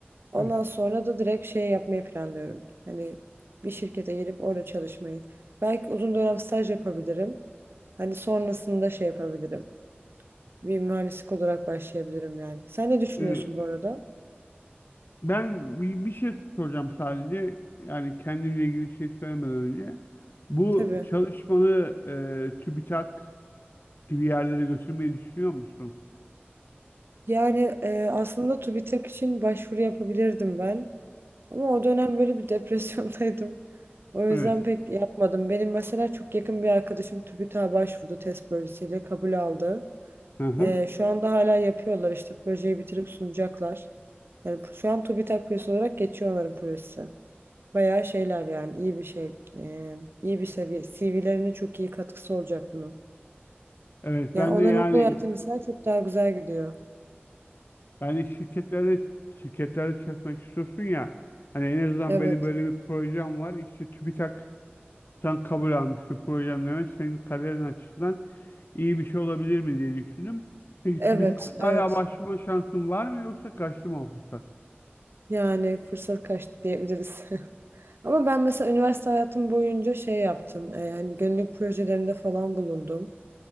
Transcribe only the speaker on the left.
Evet.
E,
ben bir, bir şey soracağım sadece. Yani kendimle ilgili şey söylemeden önce. Bu
çalışmanı e, TÜBİTAK gibi yerlere götürmeyi düşünüyor musun?
Evet.
Hı hı.
Evet
ben
de yani
yani şirketlere şirketlere çalışmak istiyorsun ya hani en azından
benim böyle bir projem var işte TÜBİTAK'tan kabul almış bir projem demek senin kariyerin açısından iyi bir şey olabilir mi diye düşündüm. Peki
TÜBİTAK
hala başvurma şansın var mı yoksa kaçtı mı o fırsat?